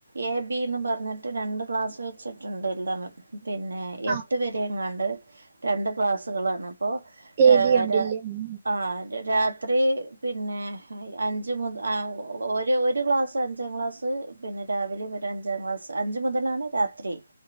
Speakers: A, on the right; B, on the right.
A: എ ബിന്ന് പറഞ്ഞിട്ട് രണ്ട് ക്ലാസ് വെച്ചിട്ടുണ്ട് എല്ലാം പിന്നെ എട്ട്
B: ആഹ്
A: വര എങ്ങാണ്ട് രണ്ട് ക്ലാസുകളാണ് അപ്പോൾ
B: എ
A: ഏഹ്
B: ബി ഉണ്ടില്ലേ
A: രാ
B: ഉം
A: ആഹ് രാത്രി പിന്നെ അഞ്ച് മുത ഒരു ഒരു ഗ്ലാസ് അഞ്ചാം ക്ലാസ് പിന്നെ രാവിലെ ഒരു അഞ്ചാം ക്ലാസ്സ് അഞ്ച് മുതലാണ് രാത്രി